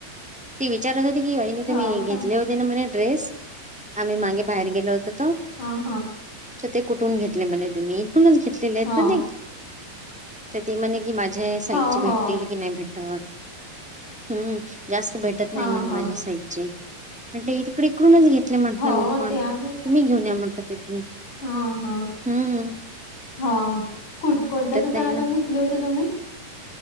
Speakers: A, in the centre; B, on the left.
A: ती विचारत होते, की बहिणी तुम्ही
B: हो
A: घेतले
B: का
A: होते, ना म्हणे ड्रेस. आम्ही मागे बाहेर गेलो होतो, तो
B: हा हा
A: ते कुठून घेतले म्हणे तुम्ही. घेतलेले आहेत
B: हो
A: की नाही, ते म्हणे की माझ्या साईज
B: हो
A: भेटतील
B: हो
A: की नाही भेट. हम्म जास्त भेटत नाही,
B: हा
A: म्हणे
B: हा
A: माझ्या साईज चे. म्हटले तिकडे इकडूनच घेतले, म्हंटलं
B: हो
A: मी पण
B: ते आहे
A: तुम्ही घेऊन या म्हंटलं तिथून.
B: हा हा
A: हम्म हम्म.
B: हा कोणत्या दुकानातून
A: नाही ना
B: घेतले होते तुम्ही?